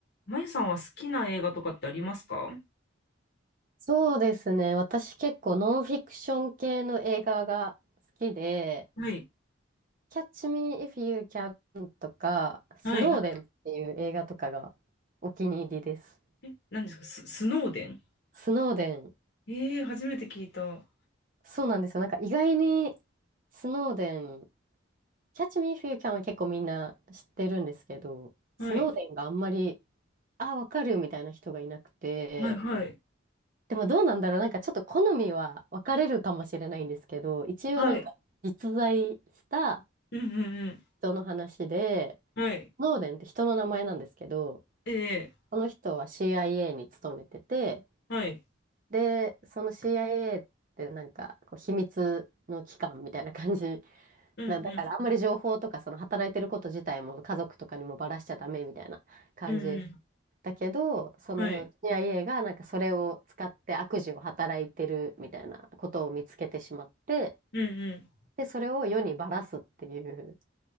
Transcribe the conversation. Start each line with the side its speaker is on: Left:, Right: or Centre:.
Left: まゆさんは好きな映画とかってありますかは
Right: そうですね。私結構ノンフィクション系の映画が好きで、
Left: い、
Right: Catch Me If You Can とか、スノーデンっていう映画とかが
Left: はい、はい。
Right: お気に入りです。
Left: え、何ですかス、スノーデン
Right: スノーデン、
Left: ええー、初めて聞いた。は
Right: そうなんですよ。なんか意外にスノーデン、Catch Me If You Can は結構みんな知ってるんですけど、スノーデンがあんまり、
Left: い。
Right: あ、わかるみたいな人がいなくて、
Left: はい、はい、
Right: でもどうなんだろう。なんかちょっと好みは分かれるかもしれないんですけど、一応なんか実在した
Left: はい、うんうん
Right: 人の話で、
Left: うん。はい。
Right: ノーデンって人の名前なんですけど、
Left: ええ
Right: この人は CIA に勤めてて、
Left: ー、はい。
Right: で、その CIA ってなんかこう秘密の機関みたいな感じ
Left: うんうん。
Right: な、だからあんまり情報とかその働いてること自体も家族とかにもばらしちゃダメみたいな感じ
Left: うんう
Right: だけど、その
Left: ん。はい。
Right: CIA がなんかそれを使って悪事を働いてるみたいなことを見つけてしまって、
Left: うんうん。
Right: で、それを世にばらすっていう